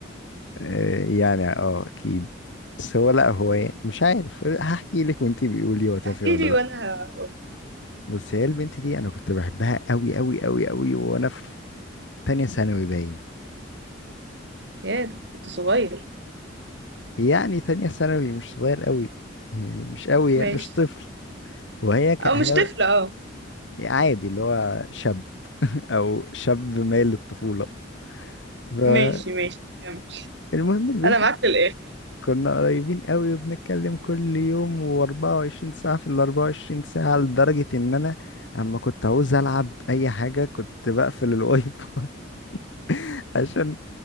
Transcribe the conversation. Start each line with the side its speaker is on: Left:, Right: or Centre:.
Left: آه، يعني اه اكيد بس هو لا هو يعني مش عارف هحكي لك وانتي بيقولي هو تافه
Right: احكي
Left: ولا
Right: لي
Left: لا
Right: وانا هقول
Left: بص هي البنت دي انا كنت بحبها قوي قوي قوي قوي وانا في تانية ثانوي باين
Right: يا ده كنت صغير
Left: يعني تانية ثانوي مش صغير قوي يعني مش قوي
Right: ماشي
Left: يعني مش طفل وهي ك...
Right: او
Left: هي
Right: مش طفله اه
Left: عادي اللي هو شاب <laughs> او شاب مايل للطفولة فالمهم
Right: ماشي ماشي كمل
Left: البنت
Right: انا معاك
Left: دي
Right: للاخر
Left: كنا قريبين قوي وبنتكلم كل يوم و24 ساعة في ال 24 ساعة لدرجة ان انا اما كنت عاوز العب اي حاجة كنت بقفل الواي فاي <laughs> عشان